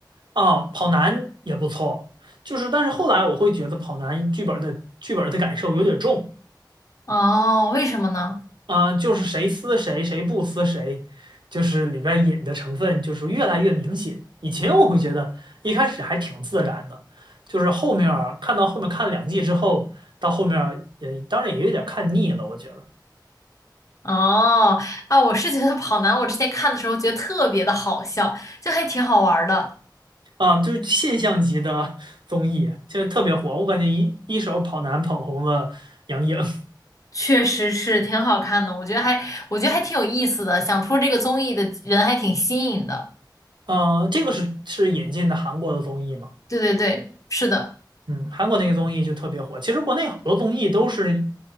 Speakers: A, on the right; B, on the left.
A: 啊，跑男也不错，就是但是后来我会觉得跑男剧本的剧本的感受有点重
B: 哦，为什么呢？
A: 啊，就是谁撕谁谁不撕谁，就是里边引的成分就是越来越明显。以前我会觉得一开始还挺自然的，就是后面儿看到后面看了两季之后，到后面儿也当然也有点儿看腻了，我觉得
B: 哦，啊，我是觉得跑男，我之前看的时候觉得特别的好笑，就还挺好玩儿的，
A: 啊，就是现象级的综艺就是特别火，我感觉一一手跑男捧红了杨颖。<laughs>
B: 确实是挺好看的，我觉得还我觉得还挺有意思的，想出这个综艺的人还挺新颖的。
A: 呃，这个是是引进的韩国的综艺吗？
B: 对对对，是的。
A: 嗯，韩国那个综艺就特别火。其实国内好多综艺都是